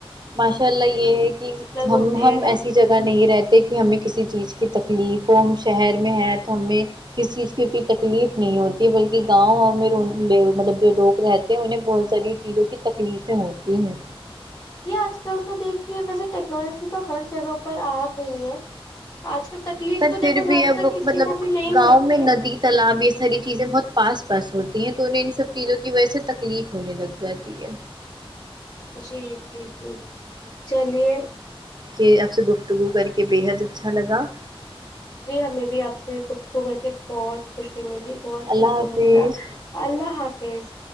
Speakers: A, on the right; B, on the left.
A: ماشاء اللہ یہ ہے کہ ہم
B: ہوتے
A: ہم
B: ہیں نا
A: ایسی جگہ نہیں رہتے کہ ہمیں کسی چیز کی تکلیف ہو ہم شہر میں ہے تو ہمیں کسی چیز کی اتنی تکلیف نہیں ہوتی ہے بلکہ گاؤں میں مطلب جو لوگ رہتے ہیں انہیں بہت ساری چیزوں کی تکلیفیں ہوتی ہیں
B: جی آج کل تو دیکھیے ویسے ٹیکنالوجی تو ہر جگہ پر آ گئی ہے آج کل تکلیف
A: پر
B: تو
A: پھر
B: دیکھو
A: بھی
B: زیادہ
A: اب
B: تر کسی
A: مطلب
B: کو بھی نہیں
A: گاؤں
B: ہوتی
A: میں
B: ہیں
A: ندی تالاب یہ ساری چیزیں بہت پاس پاس ہوتی ہیں تو انہیں ان سب چیزوں کی وجہ سے تکلیف ہونے لگ جاتی ٹھیک ہے
B: جی جی جی چلیے
A: کہ آپ سے گفتگو کر کے بےحد اچھا لگا
B: جی ہمیں بھی آپ سے گفتگو کر کے بہت خوشی ملی بہت
A: اللہ
B: سکون
A: حافظ
B: ملا اللہ حافظ